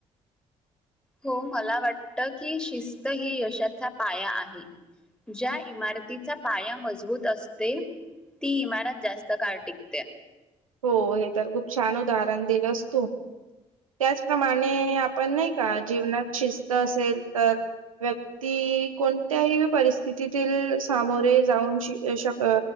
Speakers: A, in the centre; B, on the right (about 80°).
A: हो. मला वाटत की शिस्त ही यशाचा पाया आहे. ज्या इमारतीचा पाया मजबूत असते, ती इमारत जास्त काळ टिकते.
B: हो. हे तर खूप छान उदाहरण दिलंस तु. त्याचप्रमाणे नाही आपण नाही का जीवनात शिस्त -- असेल तर, व्यक्ती कोणत्याही परिस्थितीतील सामोरे जाऊन शि शक